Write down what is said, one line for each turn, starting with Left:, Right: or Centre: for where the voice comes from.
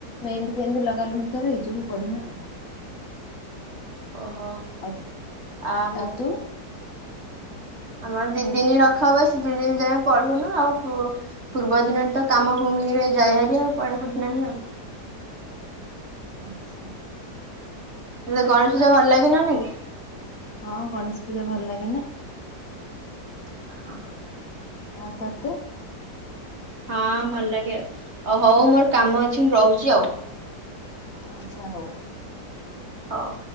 Left: ମେହେନ୍ଦି ଫେହେନ୍ଦି ଲଗାଲଗି କରେ ଏଇ ଯୋଗୁ ପଢୁନା
Right: ଓହୋ
Left: ଆଉ
Right: ଆ ମୁଁ
Left: ଆଉ ତୁ
Right: ଆମର ଦିଦିନ ରଖା ହୁଏ ସେତିକିଦିନ ଯାଏ ପଢୁନୁ ଆଉ ପୁ ପୂର୍ବ ଦିନ ତ କାମ ଭୂମିରେ ଯାଇ ହେରି ଆଉ ପଢ଼ାପଢ଼ି ନାହିଁ ଆଉ
Left: ଆଛା
Right: ତତେ ଗଣେଶ ପୂଜା ଭଲ ଲାଗେ ନା ନାଇଁ
Left: ହଁ ଗଣେଶ ପୂଜା ଭଲ ଲାଗେ ନା
Right: <unintelligible>
Left: ଆଉ ତତେ?
Right: ହଁ ଭଲ ଲାଗେ ଆଉ ଅ ହଉ ମୋର କାମ ଅଛି ମୁଁ ରହୁଚି ଆଉ?
Left: ଆଚ୍ଛା ହଉ।
Right: ହଉ।